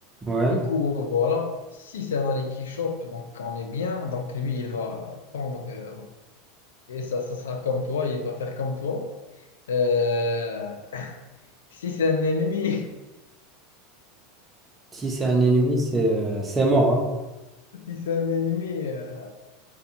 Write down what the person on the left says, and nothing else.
Du coup, voilà, si c'est un aller qui Shop, donc on est bien. Donc lui, il va prendre, euh, et ça, ça sera comme toi, il va faire comme toi. Euh, si c'est un ennemi,
<laughs> si c'est un ennemi, euh,